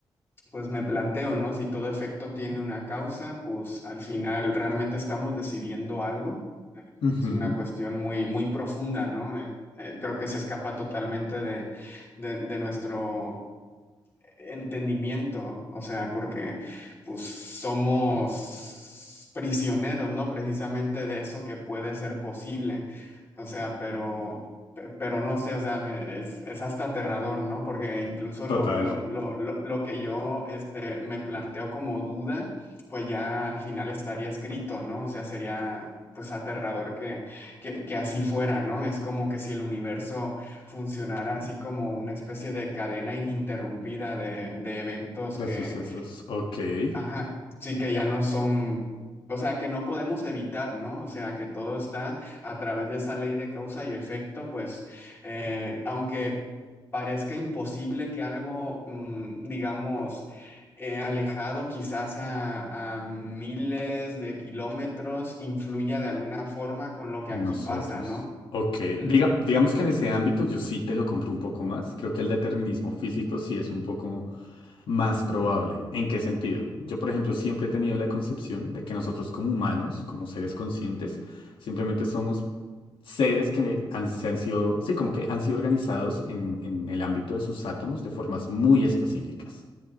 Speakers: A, on the left (about 25°); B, on the left (about 80°).
A: pues me planteo, ¿no? Si todo efecto tiene una causa, pues al final realmente estamos decidiendo algo.
B: Ujú.
A: Es una cuestión muy, muy profunda, ¿no? Eh, eh, creo que se escapa totalmente de, de, de nuestro entendimiento, o sea, porque pues somos prisioneros, ¿no? Precisamente de eso que puede ser posible, o sea, pero, pe- pero no sé, o sea, me- es, es hasta aterrador, ¿no? Porque incluso
B: Total
A: lo, lo, lo, lo, lo que yo este, me planteo como duda, pues ya al final estaría escrito, ¿no? O sea, sería pues aterrador que, que, que así fuera, ¿no? Es como que si el universo funcionara así como una especie de cadena ininterrumpida de, de eventos
B: de
A: que,
B: sucesos. Ok, en
A: ajá, sí que ya no son, o sea, que no podemos evitar, ¿no? O sea, que todo está a través de esa ley de causa y efecto, pues, eh, aunque parezca imposible que algo, mm, digamos, eh, alejado quizás a, a miles de kilómetros influya de alguna forma con lo que aquí
B: nosotros.
A: pasa, ¿no?
B: Ok,
A: Ujú.
B: Diga, digamos que en ese ámbito yo sí te lo compro un poco más. Creo que el determinismo físico sí es un poco más probable. ¿En qué sentido? Yo, por ejemplo, siempre he tenido la concepción de que nosotros como humanos, como seres conscientes, simplemente somos seres que han, se han sido, sí, como que han sido organizados en en el ámbito de sus átomos de formas muy específicas.